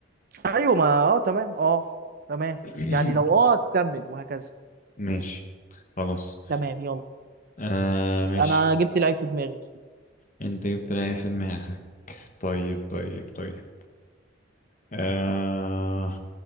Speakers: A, on the right; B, on the left.
A: ايوه ما اه تمام اه تمام
B: <coughs>
A: يعني لو اه تكمل وهكذا
B: ماشي خلاص
A: تمام يلا
B: آه ماشي
A: انا جبت لعيب في دماغي
B: انت جبت العيب في دماغك طيب طيب طيب آه